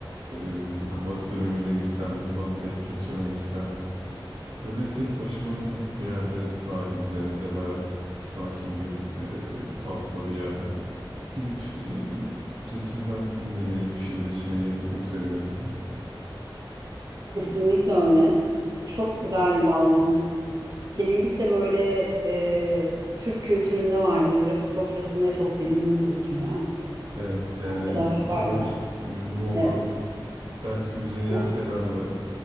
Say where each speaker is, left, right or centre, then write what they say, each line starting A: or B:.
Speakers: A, on the right; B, on the right.
A: e, bıkıma dönemine girsem, ne zaman bir depresyona girsem, böyle tek başıma gidip bir yerde sahilde ya da sakin bir e, pub'da bir yerde gidip e, Zeki Müren dinlemeyi, bir şeyler içmeyi çok seviyorum.
B: Kesinlikle öyle. Çok güzel bağladın. Genellikle böyle e, Türk kültüründe vardır. Rakı sofrasında çok dinlenir Zeki Müren.
A: Evet yani
B: Arkadaşlarla.
A: bu kadar uyumlu olan
B: Evet.
A: Belki Müzeyyen
B: <laughs>
A: Senar'la